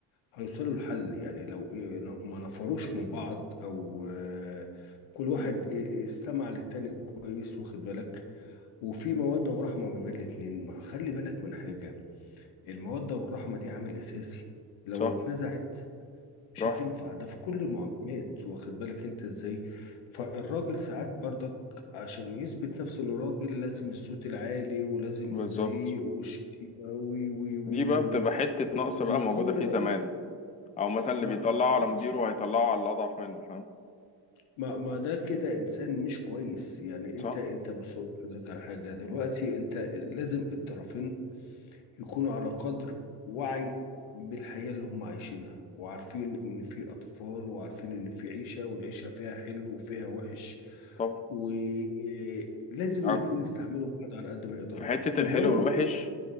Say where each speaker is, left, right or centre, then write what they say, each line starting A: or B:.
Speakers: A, on the left (about 80°); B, on the left (about 15°).
A: هيوصلوا لحل يعني لو إيه ن- ما نفروش من بعض او آه، كل واحد إيه إيه، استمع للتاني كويس واخد بالك وفي مودة ورحمة ما بين الاتنين ما خلي بالك من حاجة المودة والرحمة دي عامل اساسي لو
B: صح
A: اتنزعت مش
B: راح
A: هتنفع ده في كل المعاملات واخد بالك انت ازاي فالراجل ساعات برضك عشان يثبت نفسه انه راجل لازم الصوت العالي ولازم
B: بالظبط
A: الزعيق والشتيمة وي وي وي
B: دي بقى
A: و...
B: بتبقى حتة
A: و...
B: نقص بقى
A: انا
B: موجودة
A: عمري
B: فيه
A: ما
B: زمان أو مثلا اللي
A: ما
B: بيطلعه
A: ماشي
B: على مديره هيطلعه على الأضعف منه فاهم
A: ما ما ده كده انسان مش كويس يعني
B: صح
A: انت انت بص أقول لحضرتك على حاجه دلوقتي انت لازم الطرفين يكونوا على قدر وعي بالحياة اللي هم عايشينها وعارفين إن في أطفال وعارفين إن في عيشة والعيشة فيها حلو وفيها وحش
B: طبعا
A: ولازم
B: أو
A: الاتنين يستحملوا بعض على قد ما يقدروا
B: في حتة
A: يزود
B: الحلو والوحش